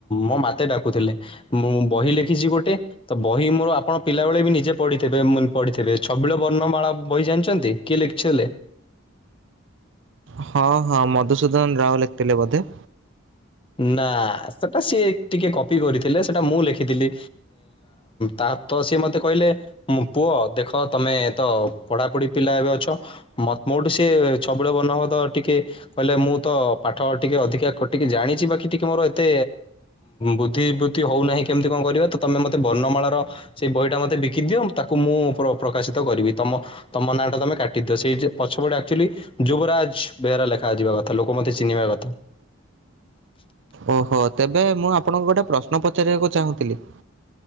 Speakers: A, on the left (about 25°); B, on the right (about 60°).
A: ମୋ ମତେ ଡାକୁଥିଲେ। ମୁଁ ବହି ଲେଖିଛି ଗୋଟେ। ତ ବହି ମୋର ଆପଣ ପିଲାବେଳେ ବି ନିଜେ ପଢ଼ିଥିବେ ପଢ଼ିଥିବେ ଛବିଳ ବର୍ଣ୍ଣମାଳା ବହି ଜାଣିଛନ୍ତି? କିଏ ଲେଖଥିଲେ?
B: ହଁ ହଁ ମଧୁସୂଦନ ରାଓ ଲେଖିଥିଲେ ବୋଧେ।
A: ନା ସେଟା ସିଏ ଟିକେ କପି କରିଥିଲେ ସେଟା ମୁଁ ଲେଖିଥିଲି। ତା ତ ସିଏ ମତେ କହିଲେ। ମୁଁ ପୁଅ ଦେଖ ତମେ ତ ପଢ଼ାପଢ଼ି ପିଲା ଏବେ ଅଛ। ମ ମୋଠୁ ସିଏ ଛବିଳ ବନବଦ ଟିକେ କହିଲେ ମୁଁ ତ ପାଠ ଟିକେ ଅଧିକା ଖଟିକି ଜାଣିଛି। ବାକି ଟିକେ ମୋର ଏତେ ବୁଦ୍ଧିିବୃତ୍ତି ହଉନାହିଁ କେମିତି କଣ କରିବା ତମେ ମତେ ବର୍ଣ୍ମାଳାର ସେଇ ବହିଟା ମତେ ବିକି ଦିଅ ତାକୁ ମୁଁ ପ୍ରକାଶିତ କରିବି ତମ ତମ ନାଁ ଟା ତମେ କାଟିଦିଅ ସେଇ ପଛ ପଟେ ଆକ୍ଚୁଆଲି ଯୁବରାଜ ବେହେରା ଲେଖାଯିବା କଥା ଲୋକ ମତେ ଚିହ୍ନିବା କଥା। <inaudible>
B: ଓହୋ ତେବେ ମୁଁ ଆପଣଙ୍କୁ ଗୋଟେ ପ୍ରଶ୍ନ ପଚାରିବାକୁ ଚାହୁଁଥିଲି?